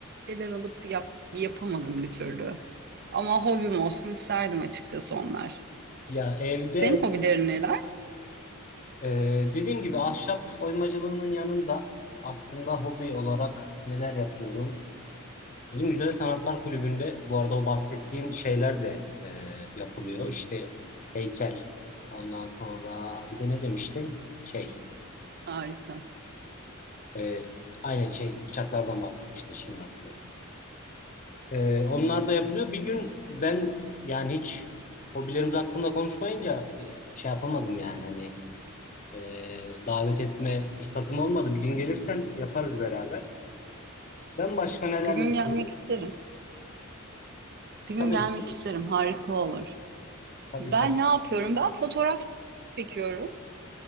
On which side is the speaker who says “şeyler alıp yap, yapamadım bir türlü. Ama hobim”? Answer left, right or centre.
Right